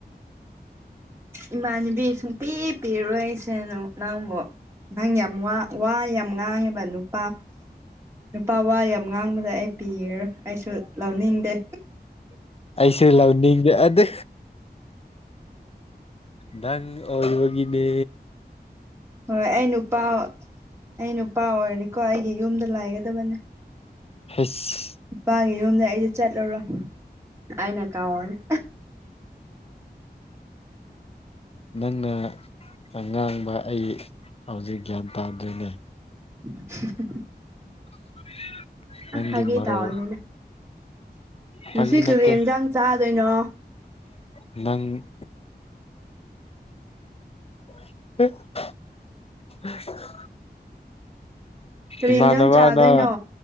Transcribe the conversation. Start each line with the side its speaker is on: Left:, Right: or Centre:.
Right: ꯏꯃꯥꯟꯅꯕꯤ ꯁꯨꯡ ꯄꯤ ꯄꯤꯔꯣꯏ ꯑꯩ ꯀꯩꯅꯣ ꯅꯪꯕꯨ ꯅꯪ ꯌꯥꯝ ꯋꯥ ꯌꯥꯝ ꯉꯥꯡꯉꯦꯕ ꯅꯨꯄꯥ ꯅꯨꯄꯥ ꯋꯥ ꯌꯥꯝ ꯉꯥꯡꯕꯗ ꯑꯩ ꯄꯤꯔꯔꯣꯏ ꯑꯩꯁꯨ ꯂꯧꯅꯤꯡꯗꯦ
Left: ꯑꯩꯁꯨ ꯂꯧꯅꯤꯡꯉꯦ ꯑꯗꯨ ꯅꯪ ꯑꯣꯏꯕꯒꯤꯅꯦ
Right: ꯍꯣꯏ ꯑꯩ ꯅꯨꯄꯥ ꯑꯩ ꯅꯨꯄꯥ ꯑꯣꯏꯔꯦꯀꯣ ꯑꯩꯒꯤ ꯌꯨꯝꯗ ꯂꯥꯏꯒꯗꯕꯅꯦ
Left: ꯍꯩꯁ
Right: ꯏꯄꯥꯥꯒꯤ ꯌꯨꯝꯅꯦ ꯑꯩꯗꯤ ꯆꯠꯂꯔꯣꯏ ꯑꯩꯅ ꯀꯥꯎꯔꯅꯤ
Left: ꯅꯪꯅ ꯑꯉꯥꯡꯕ ꯑꯩ ꯍꯧꯖꯤꯛ ꯒ꯭ꯌꯥꯟ ꯇꯥꯗꯔ꯭ꯦꯅꯦ
Right: <unintelligible>
Left: <unintelligible> ꯅꯪꯒꯤ
Right: ꯑ ꯐꯥꯒꯤ
Left: ꯃꯔꯣꯜ
Right: ꯇꯥꯎꯅꯦꯅ ꯉꯁꯤ
Left: ꯐꯥꯒꯤ
Right: ꯀꯔꯤ
Left: ꯅꯠꯇꯦ
Right: ꯑꯦꯟꯖꯥꯡ ꯆꯥꯗꯣꯏꯅꯣ
Left: ꯅꯪ <unintelligible> <unintelligible>
Right: ꯀꯔꯤ
Left: ꯏꯃꯥꯟꯅꯕꯅ
Right: ꯌꯦꯟꯖꯥꯡ ꯆꯥꯗꯣꯏꯅꯣ